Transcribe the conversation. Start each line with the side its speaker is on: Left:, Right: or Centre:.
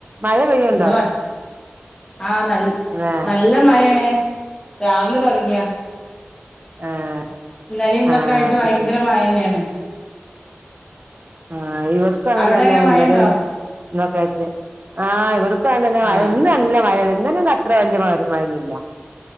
Right: മഴ പെയ്യുണ്ടോ
Left: ഇന്ന് വ ആഹ് ന
Right: ആഹ്
Left: നല്ല മഴയാണ് രാവിലെ തുടങ്ങിയാ
Right: ആഹ്
Left: ഇന്നലിം ഇന്നൊക്കെ
Right: ആഹ്
Left: ആയിട്ട്
Right: അത്
Left: ഭയങ്കര
Right: ശരി
Left: മഴ തന്നെയാണ്
Right: ആ ഇവഡ്ക്കും അംഗൻതന്നെ
Left: അവിടെ എങ്ങനെ മഴയുണ്ടോ
Right: ഇന്നലിം ഇന്നൊക്കായിട്ട് ആഹ് ഇവടക്കും അംഗൻതന്നെ മയ
Left: ആഹ്
Right: ഇന്ന് നല്ല മഴ ഇന്നലെ ഒന്നും അത്ര വല്യ മഴന്നും ഇല്ല്യ